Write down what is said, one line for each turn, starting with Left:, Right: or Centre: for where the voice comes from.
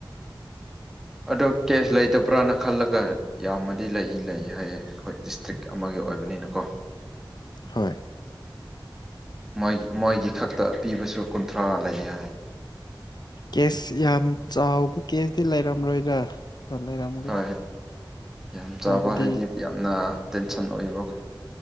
Left: <inaudible>
Centre: ꯑꯗꯣ ꯀꯦꯁ ꯂꯩꯇꯕ꯭ꯔꯅ ꯈꯜꯂꯒ ꯌꯥꯝꯃꯗꯤ ꯂꯩ ꯂꯩ ꯍꯥꯏꯌꯦ ꯑꯩꯈꯣꯏ ꯗꯤꯁꯇ꯭ꯔꯤꯛ ꯑꯃꯒꯤ ꯑꯣꯏꯕꯅꯤꯅꯀꯣ
Left: ꯍꯣꯏ
Centre: ꯃꯣꯏꯒꯤ ꯃꯣꯏꯒꯤ ꯈꯛꯇ ꯄꯤꯕꯁꯨ ꯀꯨꯟꯊ꯭ꯔꯥ ꯂꯩ ꯌꯥꯏ
Left: ꯀꯦꯁ ꯌꯥꯝ ꯆꯥꯎꯕ ꯀꯦꯁꯇꯤ ꯂꯩꯔꯝꯂꯣꯏꯗ꯭ꯔ ꯂꯩꯔꯝꯃꯒ
Centre: ꯍꯣꯏ ꯌꯥꯝ ꯆꯥꯕ
Left: ꯍꯥꯏꯕꯗꯤ
Centre: ꯍꯥꯏꯗꯤ ꯌꯥꯝꯅ ꯇꯦꯟꯁꯟ ꯑꯣꯏꯕꯀꯣ